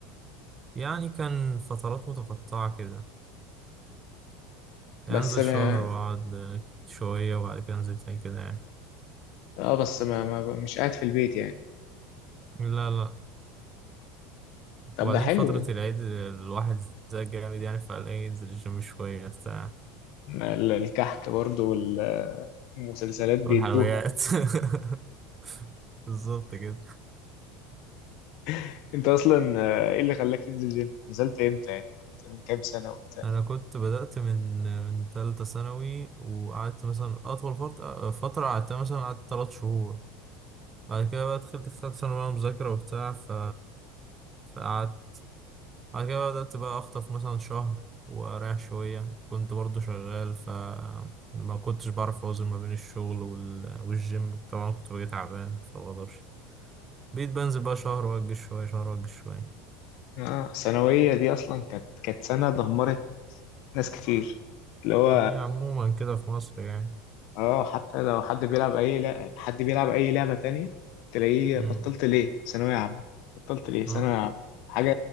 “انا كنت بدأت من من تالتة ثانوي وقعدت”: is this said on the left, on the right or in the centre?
Right